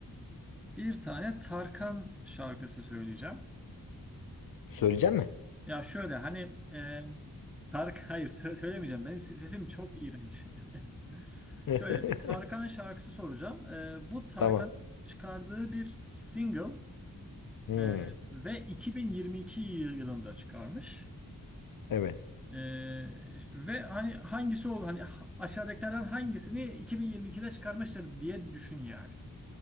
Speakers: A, in the centre; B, on the left (about 65°).
A: bir tane Tarkan şarkısı söyleyeceğim.
B: Söyleyecek mi?
A: Ya şöyle hani eee Tark <laughs> hayır sö- söylemeyeceğim. Benim se- sesim çok iğrenç. <laughs>
B: <laughs>
A: Şöyle bir Tarkan şarkısı soracağım. Eee, bu Tarkan'ın
B: Tamam.
A: çıkardığı bir single
B: Hmm,
A: eee, ve 2022 yılında çıkarmış.
B: evet
A: Eee, ve hani hangisi ol hani ha- aşağıdakilerden hangisini 2022'de çıkarmıştır diye düşün yani.